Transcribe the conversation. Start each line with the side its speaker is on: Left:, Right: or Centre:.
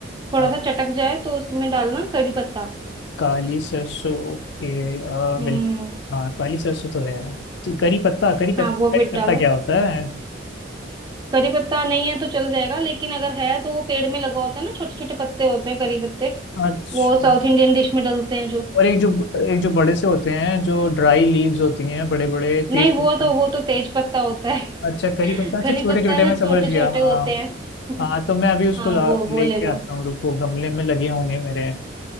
Right: थोड़ा
Left: आ,
Right: सा चटक जाए तो उसमें डालना करी पत्ता
Left: काली सरसों ओके आ, मिल्क
Right: हम्म
Left: हाँ काली सरसों तो है तो करी पत्ता करी
Right: हाँ
Left: करी
Right: वो भी
Left: पत्ता
Right: डालो
Left: क्या होता है
Right: करी पत्ता नहीं है तो चल जाएगा लेकिन अगर है तो वो पेड़ में लगा होता है ना छोटे छोटे पत्ते होते हैं करी पत्ते
Left: अच्छा
Right: वो साउथ इंडियन डिश में डलते हैं जो
Left: और एक जो एक जो बड़े से होते हैं जो ड्राई लीव्स होती हैं बड़े बड़े
Right: नहीं
Left: तेज
Right: वो
Left: पत्ता
Right: तो वो तो तेज पत्ता होता है
Left: अच्छा करी
Right: <laughs>
Left: पत्ता अच्छा
Right: करी
Left: छोटे
Right: पत्ता
Left: छोटे
Right: ना
Left: मैं
Right: छोटे
Left: समझ गया
Right: छोटे
Left: हाँ
Right: होते हैं
Left: हाँ
Right: <laughs>
Left: तो मैं अभी उसको
Right: हाँ
Left: ला
Right: वो वो
Left: लेके
Right: ले लो
Left: आता हूँ रुको गमले में लगे होंगे मेरे